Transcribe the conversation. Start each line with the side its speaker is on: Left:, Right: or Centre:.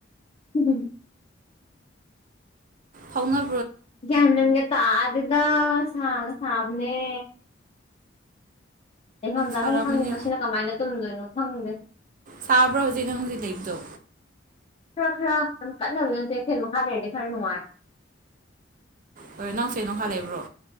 Left: ꯎꯝ
Right: ꯐꯥꯎꯅ
Left: ꯌꯥꯃꯒꯦ ꯇꯥꯗꯗ ꯁꯥꯕꯅꯦ ꯂꯩꯐꯝ ꯆꯥꯐꯝ
Right: ꯁꯥꯔꯝꯃꯅꯤ
Left: ꯈꯪꯗꯦ ꯃꯁꯤꯅ ꯀꯃꯥꯏꯅ ꯇꯨꯝꯗꯣꯏꯅꯣ ꯈꯪꯗꯦ
Right: ꯁꯥꯕ꯭ꯔꯣꯖꯤꯅꯗꯤ ꯂꯩ ꯏꯕꯗꯣ
Left: ꯈꯔ ꯈꯔ ꯌꯥꯝ ꯀꯠꯅꯕ ꯅꯠꯇꯦ ꯐꯦꯟ ꯃꯈꯥ ꯂꯩꯔꯗꯤ ꯈꯔ ꯅꯨꯡꯉꯥꯏ
Right: ꯍꯣꯏ ꯅꯪ ꯐꯦꯟ ꯅ ꯃꯈ ꯃꯈꯥ ꯂꯩꯕ꯭ꯔꯣ